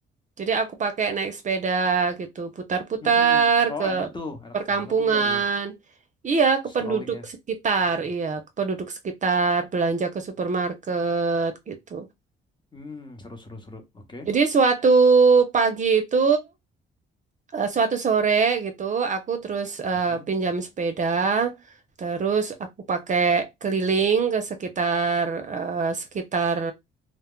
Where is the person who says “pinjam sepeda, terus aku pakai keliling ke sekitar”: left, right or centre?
Right